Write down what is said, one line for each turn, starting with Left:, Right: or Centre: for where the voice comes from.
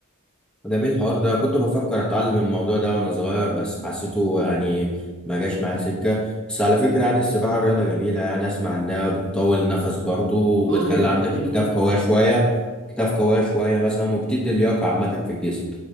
Centre: جميل الحوار ده كنت بفكر اتعلم الموضوع ده وانا صغير بس حسيته يعني ما جاش معايا سكه بس على فكره يعني السباحه رياضه جميله يعني اسمع انها بتطول النفس برضو وبتخلي
Right: اه هي رياضة
Centre: عندك
Right: جميلة
Centre: اكتاف قويه شويه اكتاف قويه شويه مثلا وبتدي لياقه عامه في الجسم